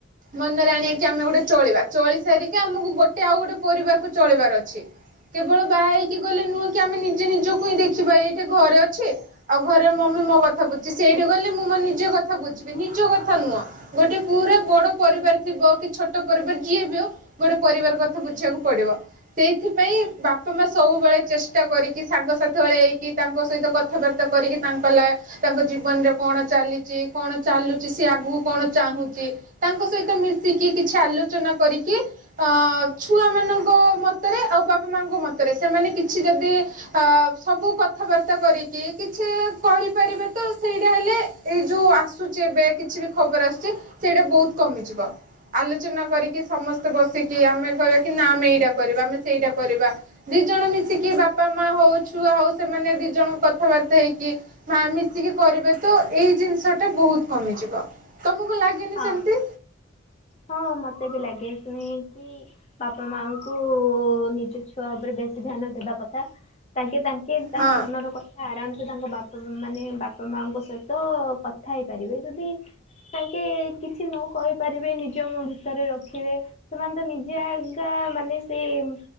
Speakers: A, on the right; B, on the left.
A: ମନରେ ଆଣିବାକି ଆମେ ଗୋଟେ ଚଳିବା। ଚଳି ସାରିକି ଆମୁକୁ ଗୋଟେ ଆଉ ଗୋଟେ ପରିବାରକୁ ଚଳେଇବାର ଅଛି। କେବଳ ବାହା ହେଇକି ଗଲେ ନୁହଁ କି ଆମେ ନିଜେ ନିଜକୁ ହିଁ ଦେଖିବା। ଏଇଠି ଘରେ ଅଛି ଆଉ ଘରେ ମମି ମୋ କଥା ବୁଝୁଛିି। ସେଇଠି ଗଲେ ମୁଁ ମୋ ନିଜ କଥା ବୁଝିବି। ନିଜ କଥା ନୁହଁ ଗୋଟେ ପୁରା ବଡ ପରିବାର ଥିବ କି ଛୋଟ ପରିବାର ଯିଏ ବି ହଉ ଗୋଟେ ପରିବାର କଥା ବୁଝିବାକୁ ପଡିବ। ସେଇଥିପାଇଁ ବାପା ମାଆ ସବୁବେଳେ ଚେଷ୍ଟା କରିକି ସାଙ୍ଗସାଥି ଭଳିଆ ହେଇକି ତାଙ୍କ ସହିତ କଥାବାର୍ ର୍ତ୍ତା କରିକି ତାଙ୍କ ଲା ତାଙ୍କ ଜୀବନରେ କଣ ଚାଲିଛି କଣ ଚାଲୁଛି ସିଏ ଆଗୁକୁ କଣ ଚାହୁଁଛି ତାଙ୍କ ସହିତ ମିଶିକି କିଛି ଆଲୋଚନା କରିକି ଅଁ ଛୁଆମାନଙ୍କ ମତରେ ଆଉ ବାପା ମାଆଙ୍କ ମତରେ ସେମାନେ କିଛି ଯଦି ଆଁ ସବୁ କଥାବାର୍ତ୍ତା କରିକି କିଛି କରିପାରିବେ ତ ସେଇଟା ହେଲେ ଏଇ ଯୋଉ ଆସୁଛି ଏବେ କିଛି ବି ଖବର ଆସୁଛି, ସେଇଟା ବହୁତ କମିଯିବ। ଆଲୋଚନା କରିକି ସମସ୍ତେ ବସିକି ଆମେ କହିବା କି ନା ଆମେ ଏଇଟା କରିବା ଆମେ ସେଇଟା କରିବା। ଦି ଜଣ ମିଶିକି ବାପା ମାଆ ହଉ ଛୁଆ ହଉ ସେମାନେ ଦି ଜଣ କଥାବାର୍ତ୍ତା ହେଇକି ମା ମିଶିକି କରିବେ ତ ଏଇ ଜିନିଷଟା ବହୁତ କମିଯିବ। ତମୁକୁ ଲାଗେନି
B: ହଁ।
A: ସେମିତି?
B: ହଁ ମତେ ବି ଲାଗେ ଶୁଣିକି। ବାପା ମାଆଙ୍କୁ ନିଜ ଛୁଆ ଉପରେ ବେଶୀ ଧ୍ୟାନ ଦେବା କଥା। ତାଙ୍କେ ତାଙ୍କେ ତାଙ୍କ
A: ହଁ
B: ମନର କଥା ଆରାମସେ ତାଙ୍କ ବାପ୍ ପା ମାନେ ବାପା ମାଆଙ୍କ ସହିତ କଥା ହେଇପାରିବେ ଯଦି ତାଙ୍କେ କିଛି ନ କହି ପାରିବେ ନି ଜ ମ ଭିତରେ ରଖିବେ ସେମାନେ ତ ନିଜେ ଏକା ମାନେ ସେଇ ଉଁ